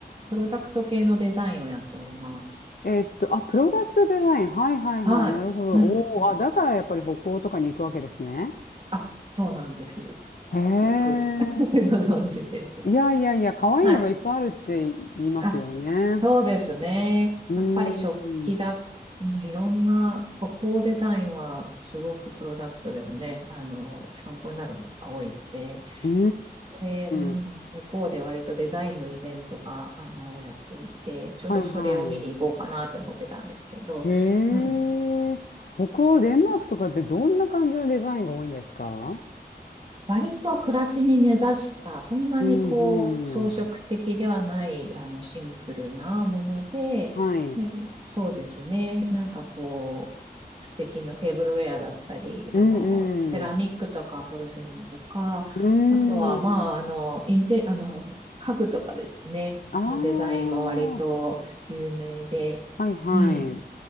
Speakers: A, on the right; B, on the left.
A: プロダクト系のデザインをやっております。
B: えっと、あ、プロダクトデザイン。はいはいはい。
A: はい。
B: なるほど。
A: うん、
B: おお、
A: うん。
B: あ、だからやっぱり北欧とかに行くわけですね。
A: あ、そうなんです。
B: へえ。
A: よく <laughs> ご存知でという。
B: いやいやいや、可愛いのがいっぱいあるって言いますよね。
A: はい。あ、そうですね。
B: うーん。
A: やっぱり食器だ、うん、いろんな、歩行デザインは、すごくプロダクトでもね、あの、参考になるものが多いんで、
B: うー
A: で、う
B: ん。
A: ん、向こうで割とデザインのイベントが、あの、やっていて、ちょうどそれを見に行こうかなって思ってたんですけど、
B: はいはい。へ
A: うん、
B: え。北欧、デンマークとかってどんな感じのデザインが多いんですか
A: 割と暮らしに根ざした、そんなにこう、
B: うんうん。
A: 装飾的ではない、あの、シンプルなもので、
B: はい。
A: うんそうですね。なんかこう、素敵なテーブルウェアだったり、
B: うん
A: あの、セラミックとかポルセリンとか、
B: うーん。
A: あとは、まあ、あの、インテ、あの、家具とかですね、
B: ああ、
A: のデザインも割と有名で、
B: はいはい。
A: うん。
B: う